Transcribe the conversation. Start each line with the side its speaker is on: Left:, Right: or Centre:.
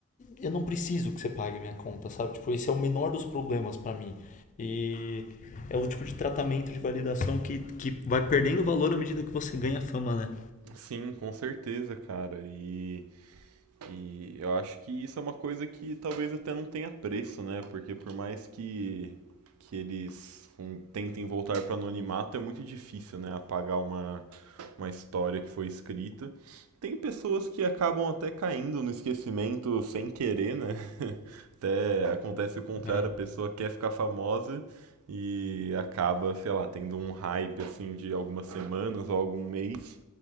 Left: eu não preciso que você pague minha conta, sabe? Tipo, esse é o menor dos problemas pra mim. E é o tipo de tratamento de validação que, que vai perdendo valor à medida que você ganha fama, né?
Right: Sim, com certeza, cara. E E eu acho que isso é uma coisa que talvez até não tenha preço, né? Porque por mais que, que eles um, tentem voltar para o anonimato, é muito difícil, né? Apagar uma, uma história que foi escrita. Tem pessoas que acabam até caindo no esquecimento sem querer, né? <laughs> Até acontece o contrário,
Left: Ah,
Right: a pessoa quer ficar famosa e acaba, sei lá, tendo um hype assim de algumas semanas ou algum mês,